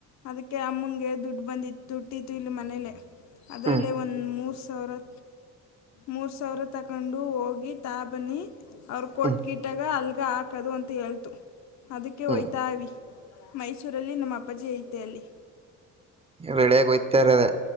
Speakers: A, on the left (about 65°); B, on the right (about 20°).
A: ಅದಕ್ಕೆ ಅಮ್ಮಂಗೆ ದುಡ್ ಬಂದಿ ದುಡ್ಡಿತ್ತು ಇಲ್ಲಿ ಮನೇಲೆ ಅದರಲ್ಲೇ
B: ಹ್ಮ್
A: ಒರ್ ಸಾವಿ ಮೂರ್ ಸಾವಿರ ತಗೊಂಡು ಹೋಗಿ ತಾಬ್ ಬನ್ನಿ ಅವರು ಕೊಟ್
B: ಹ್ಮ್
A: ಗಿಟಾಗ ಅಲ್ಗೆ ಹಾಕೋದು ಅಂತ ಹೇಳ್ತು ಅದಕ್ಕೆ
B: ಹ್ಮ್
A: ಹೋಯ್ತಾವಿ ಮೈಸೂರಲ್ಲಿ ನಮ್ಮ ಅಪ್ಪಾಜಿ ಐತೆ ಅಲ್ಲಿ
B: ರೆಡಿಯಾಗಿ ಹಯ್ತಾರದೇ